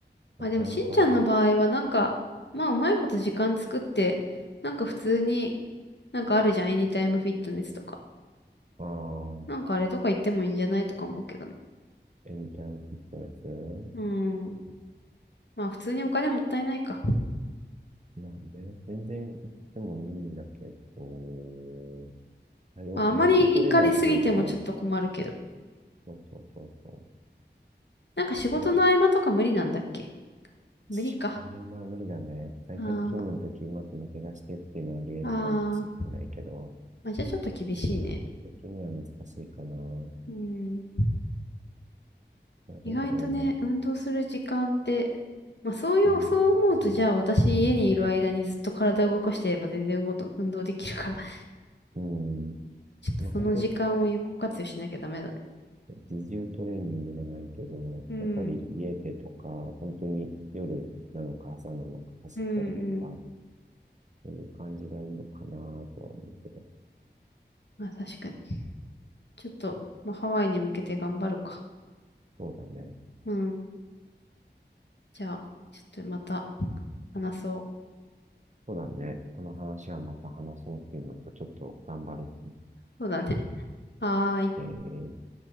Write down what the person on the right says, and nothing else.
なかなか、
ああ、
エニタイムフィットネス。
いや、ね、全然行ってもいいんだけど、はよ元取れないっていうか、
そうそうそうそ
う。なんか、
仕事の合間は無理だね。在宅勤務の時うまく抜け出してっていうのはあり得るかもしれないけど、
基本的には難しいかな。な
あ、どだろうね。
難しい。
うん。
まあ、本当に自重トレーニングじゃないけど、
やっぱり家でとか、本当に夜なのか朝なのか走ったりとか、
そういう感じがいいのかなとは思うけど、
そうだね。
そうだね。この話はまた話そうっていうのと、ちょっと頑張る。
OK です